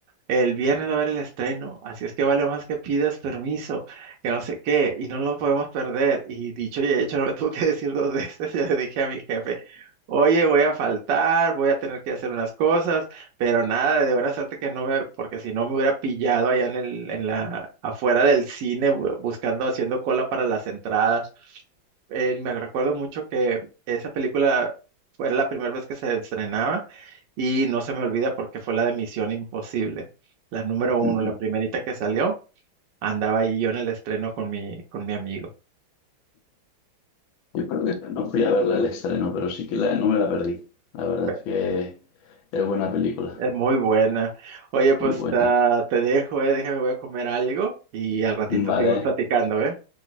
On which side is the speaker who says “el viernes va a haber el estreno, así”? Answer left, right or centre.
Right